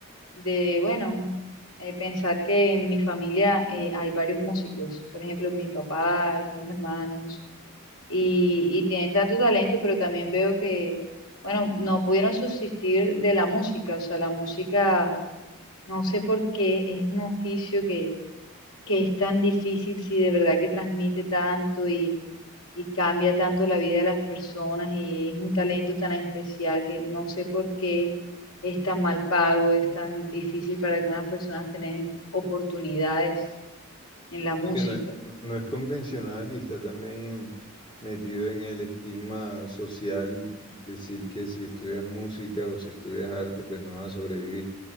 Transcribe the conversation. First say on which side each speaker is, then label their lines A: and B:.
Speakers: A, on the left; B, on the left.
A: de bueno, eh, pensar que en mi familia eh, hay varios músicos, por ejemplo, mi papá, algunos hermanos. y, y tienen tanto talento, pero también veo que, bueno, no pudieron subsistir de la música, o sea, la música, no sé por qué, es un oficio que, que es tan difícil si de verdad que transmite tanto y, y cambia tanto la vida de las personas y es un talento tan especial que no sé por qué es tan mal pago, es tan difícil para algunas personas tener oportunidades en la música.
B: Porque no, no es convencional y está también metido en el estigma social decir que si estudias música o si estudias arte, pues no vas a sobrevivir.